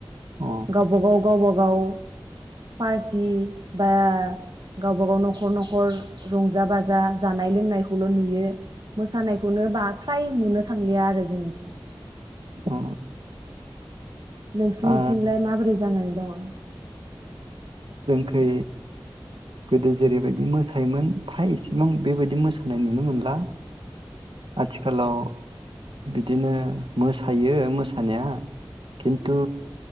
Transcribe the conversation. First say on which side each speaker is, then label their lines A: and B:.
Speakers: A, on the right; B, on the right.
A: अ
B: गावबा गाव गावबा गाव। पार्टि बा गावबा गाव न'खर न'खर रंजा बाजा जानाय लोंनायखौल' नुयो मोसानायखौनो फ्राय नुनो। थांलिया आरो जोंनिथिं।
A: अ
B: नोंसिनिथिंलाय
A: आ
B: माबोरै जानानै दङ।
A: जोंखै गोदो जेरैबायदि मोसायोमोन फ्राय इसेबां बेबायदि मोसानाय नुनो मोनला। आथिखालाव बिदिनो मोसायो मोसानाया खिन्थु